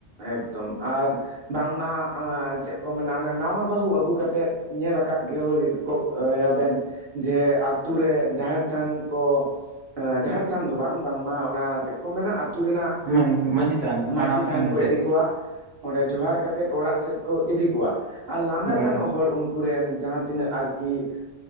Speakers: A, on the right; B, in the centre.
A: ᱮᱠᱫᱚᱢ ᱟᱨ ᱵᱟᱝᱢᱟ ᱪᱮᱫ ᱠᱚ ᱢᱮᱱᱟ ᱚᱱᱟ ᱱᱟᱣᱟ ᱵᱟᱹᱦᱩ ᱟᱹᱜᱩ ᱠᱟᱛᱮᱫ ᱧᱮᱞ ᱟᱠᱟᱫ ᱜᱮ ᱠᱚ ᱭᱟᱵᱮᱱ ᱡᱮ ᱟᱛᱳ ᱨᱮ ᱡᱟᱦᱮᱨ ᱛᱷᱟᱱ ᱠᱚ ᱡᱟᱦᱮᱨ ᱛᱷᱟᱱ ᱫᱚ ᱵᱟᱝ ᱵᱟᱝᱢᱟ ᱚᱱᱟ ᱪᱮᱫ ᱠᱚ ᱢᱮᱱᱟ ᱟᱹᱛᱩ ᱨᱮᱱᱟᱜ
B: ᱢᱟᱹᱭ ᱢᱟᱺᱡᱷᱤ ᱛᱷᱟᱱ,
A: ᱢᱟᱺᱡᱷᱤ
B: ᱦᱟᱲᱟᱢ ᱛᱷᱟᱱ
A: ᱠᱚ
B: ᱮᱱᱛᱮ᱾
A: ᱤᱫᱤ ᱚᱸᱰᱮ ᱡᱚᱦᱟᱨ ᱠᱟᱛᱮᱫ ᱚᱲᱟᱜ ᱥᱮᱫ ᱠᱚ ᱤᱫᱤ ᱠᱚᱣᱟ, ᱟᱨ ᱞᱟᱸᱫᱟ
B: ᱦᱳᱭ
A: ᱜᱟᱱᱚᱜ ᱦᱚᱲ ᱩᱱᱠᱩ ᱠᱚᱨᱮᱱ ᱡᱟᱦᱟᱸ ᱛᱤᱱᱟᱹᱜ ᱟᱨᱠᱤ